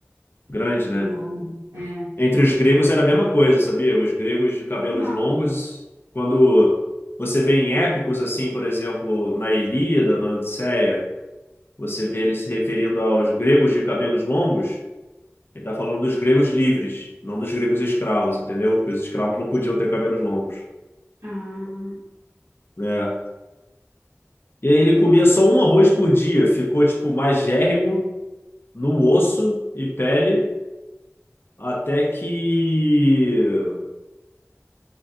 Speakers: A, on the left (about 50°); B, on the right (about 80°).
A: grande, né?
B: Longo, é.
A: Entre os gregos era a mesma coisa, sabia? Os gregos de cabelos
B: Não.
A: longos, quando você vê em épicos, assim, por exemplo, na Ilíada, na Odisseia, você vê ele se referindo aos gregos de cabelos longos, ele está falando dos gregos livres, não dos gregos escravos, entendeu? Porque os escravos não podiam ter cabelos longos,
B: Ah,
A: né? E aí ele comia só um arroz por dia, ficou, tipo, magérrimo no osso e pele, até que